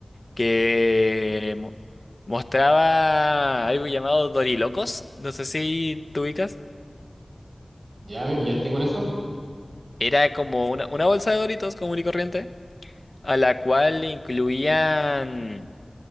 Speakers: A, on the left; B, on the right.
A: que mo- mostraba algo llamado Dorilocos. No sé si tú ubicas.
B: Ya me pillaste con eso.
A: Era como una, una bolsa de Doritos común y corriente. a la cual le incluían,